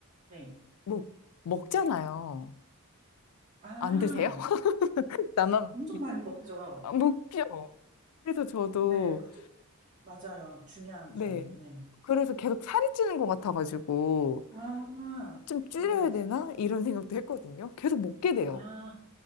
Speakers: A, on the right; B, on the left.
A: 네.
B: 뭐, 먹잖아요.
A: 아,
B: 안 드세요? <laughs> 나만
A: 엄청 많이 먹죠.
B: 아, 먹죠. 그래서 저도,
A: 네, 그- 맞아요. 중요하죠.
B: 네.
A: 네.
B: 그래서 계속 살이 찌는 것 같아가지고,
A: 아,
B: 좀 줄여야
A: 네.
B: 되나? 이런 생각도 했거든요. 계속 먹게 돼요.
A: 아.